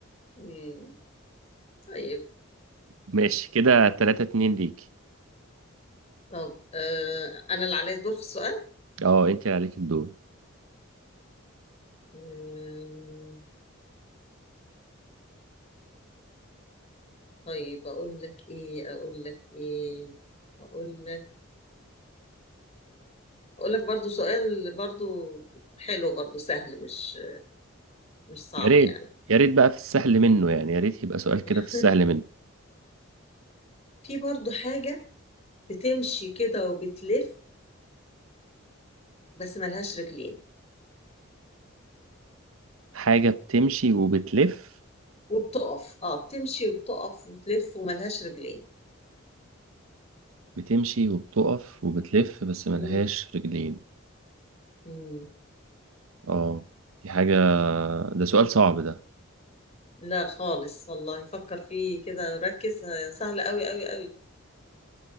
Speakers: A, on the left; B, on the right.
A: مم. طيب
B: ماشي كده 3 2 ليكي
A: طب آه انا اللي عليا الدور في السؤال
B: اه انت عليك الدور
A: آه طيب اقول لك ايه اقول لك ايه اقول لك اقول لك برضو سؤال برضو حلو برضو سهل مش مش صعب
B: يا ريت
A: يعني
B: يا ريت بقى في السهل منه يعني يا ريت يبقى سؤال
A: <laughs>
B: كده في السهل منه
A: في برضو حاجة بتمشي كده وبتلف بس ملهاش رجلين
B: حاجه بتمشي وبتلف
A: وبتقف اه بتمشي وبتقف وتلف وملهاش رجلين
B: بتمشي وبتقف وبتلف بس ملهاش
A: مم.
B: رجلين
A: مم.
B: اه دي حاجة ده سؤال صعب ده
A: لا خالص والله فكر فيه كده ركز آه، سهل قوي قوي قوي